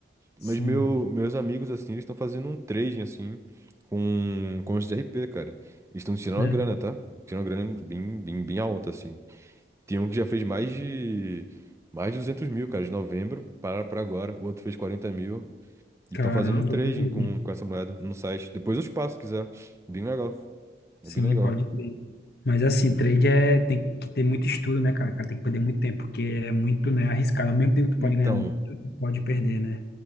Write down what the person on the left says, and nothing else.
sim,
né?
Caramba,
entendi.
sim,
pode crer. Mas assim, trade é, tem que ter muito estudo, né, cara? Cara, Tem que perder muito tempo, porque é muito, né, arriscado. Ao mesmo tempo que
tu pode ganhar muito, tu pode perder, né?